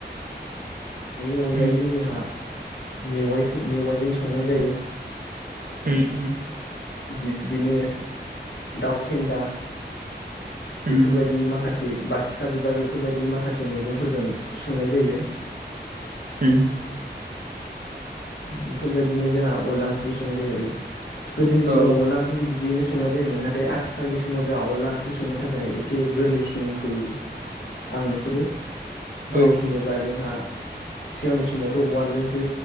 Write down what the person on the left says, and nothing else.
अनगायैबो
जोंहा मेवाइ मेवाइजों संनाय जायो
बिब्दिनो दाउ फेन्दा
बेफोरबायदि माखासे बासिखा बिबार बेफोरबायदि माखासे मैगंफोरजों संनाय जायो
बेफोरबायदिनो जोंहा अनला ओंख्रिखौ संनाय जायो आरो गोदनि समाव
अला ओंख्रिखौ बि बिदियैनो संनाय जायोमोन नाथाय आथिखालनि समाव जोंहा अनला ओंख्रि संनो थाखाय एसे गोरलैसिनखौ आं नुहुरो
बोरै होनोब्ला जोंहा सिगांनि समावथ उवालजोंसो